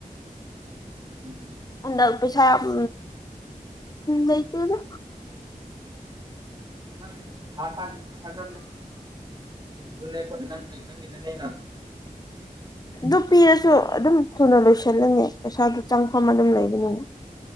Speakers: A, on the right; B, on the left.
A: ꯎꯝ
B: ꯍꯟꯗꯛ ꯄꯩꯁꯥ ꯑꯝ ꯂꯩꯇꯦꯗ
A: ꯅꯪ ꯍꯥꯁꯪ ꯅꯪꯅ <unintelligible> ꯅꯩꯅꯣ
B: ꯑꯗꯨ ꯄꯤꯔꯁꯨ ꯑꯗꯨꯝ ꯊꯨꯅ ꯂꯣꯏꯁꯟꯂꯤꯅꯦ ꯄꯩꯁꯥꯗꯨ ꯆꯪꯐꯝ ꯑꯗꯨꯝ ꯂꯩꯕꯒꯤ